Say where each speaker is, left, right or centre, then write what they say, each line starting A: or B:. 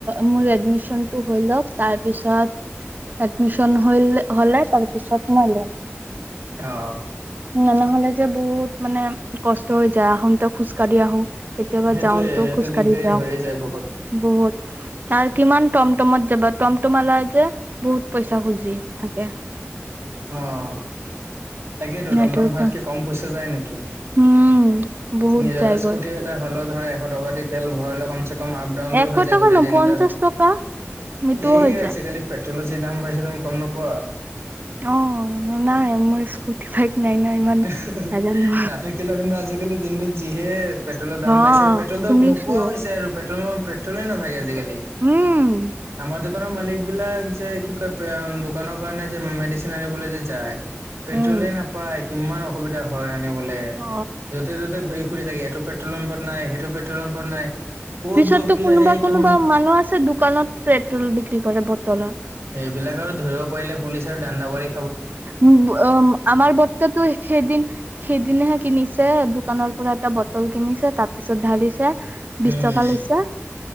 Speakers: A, on the right; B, on the right.
A: মোৰ এডমিচন টো হৈ লওক, তাৰপিছত এডমিচন হলে তাৰ পিছত মই লম,
B: অ
A: ন ন নহলে যে বহুত মানে কষ্ট হৈ যায় আহোতে খোজ কাঢ়ি আহো। কেতিয়াবা
B: সেইটোয়ে
A: যাওঁতেও
B: সেইটো
A: খোজকাঢ়ি
B: দিগদাৰী
A: যাওঁ
B: হৈয়ে যায় বহুত
A: বহুত আৰু কিমান টমটমত যাবা টমটমৱালাই যে বহুত পইচা খুজি থাকে।
B: অঁ তাকেইেতো
A: নেটৱৰ্কৰ
B: টমটম ভাড়া কৈ কম পইচা যায় নেকি।
A: উম বহুত
B: নিজৰ
A: যায়গৈ
B: এ স্কুটি এটা হ'লত ধৰা এশ টকা দি তেল ভৰাই লৈ কমচে কম আপ ডাউনটো
A: এশ
B: হৈ যায়
A: টকা
B: গোটেই
A: ন
B: দিনডাল
A: পঞ্চাশ টকা সেইটোও
B: এই
A: হৈ যায়
B: আজিকালি পে চলচি দাম পাইছে তুমি গম নপোৱা?
A: অ নাই মোৰ স্কুটি বাইক
B: <unintelligible>
A: নাই ন ইমান নাজানো
B: নাথাকিলেও কিন্তু আজিকালি দিনটোত যিহে পেট্ৰ'লৰ দাম
A: অ
B: বাঢ়িছে আৰু পেট্ৰ'লতো
A: শুনিছো
B: নোপোৱা হৈছে আৰু পেট্ৰ'ল পেট্ৰ'লেই নাথাকে আজিকালি।
A: উম।
B: আমাৰ দোকানৰ মালিক বিলাক যে কি কয় দোকানৰ কাৰণে যে মেডিচিন আনিবলৈ যে যায় পেট্ৰ'লে
A: উম
B: নাপায়। কিমান অসুবিধা হয়। বোলে
A: অ
B: য'তে ত'তে ঘূৰি, ফুৰি থাকে। এইটো পেট্ৰ'ল পাম্পত নাই, সেইটো পেট্ৰ'ল পাম্পত নাই। ক'ত
A: পিছততো
B: গৈ পেলাই
A: কোনোবা,
B: সেই
A: কোনোবা
B: কিমান
A: মানুহ আছে দোকানত পেট্ৰ'ল বিক্ৰী কৰে বটলত।
B: এইবিলাক আৰু ধৰিব পাৰিলে পুলিচ আৰু দাণ্ডা বাৰী
A: উ উ আমাৰ বৰ্তাটো সেইদিন, সেইদিন হে কিনিছে দোকানৰ পৰা এটা ব বটল কিনিছে তাৰপিছত ঢালিছে বিশ
B: উম
A: টকা লৈছে